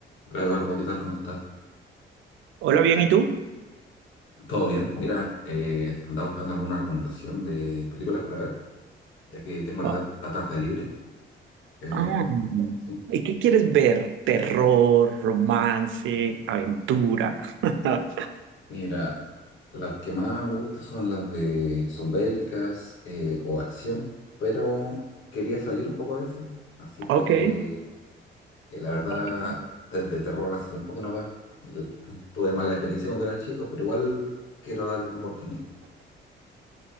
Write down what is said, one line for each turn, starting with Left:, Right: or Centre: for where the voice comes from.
Left: Hola Eduardo, ¿qué tal? ¿Cómo estás?
Right: Hola, bien, ¿y tú?
Left: Todo bien. Mira, eh, andaba buscando alguna recomendación de películas para ver, ya que tengo
Right: Gua-
Left: la, la tarde libre. Eh,
Right: Ah,
Left: sí.
Right: ¿Y qué quieres ver? Terror, romance, aventura. <laughs>
Left: Mira, las que más me gustan son las de son bélicas eh, o acción, pero quería salir un poco de eso, así que
Right: ok.
Left: eh, la verdad
Right: ok.
Left: de, de terror hace tiempo que no veo. Y l- <laughs> tuve mala experiencia cuando era chico, pero igual quiero darle una oportunidad.